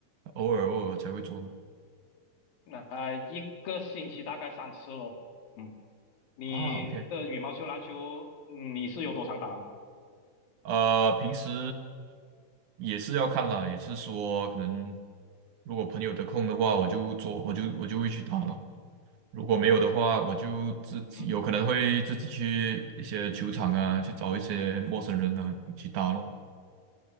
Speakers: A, on the right; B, on the left.
A: 偶尔偶尔才会做呢？
B: 那、一个星期大概三次咯，嗯，你的羽毛球、
A: 啊，OK，
B: 篮球，嗯你是有多常打吗？
A: 呃，平时也是要看啦，也是说可能如果朋友得空的话，我就做，我就我就会去打咯。如果没有的话，我就自己有可能会自己去一些球场啊，
B: 嗯，
A: 去找一些陌生人啊去打咯。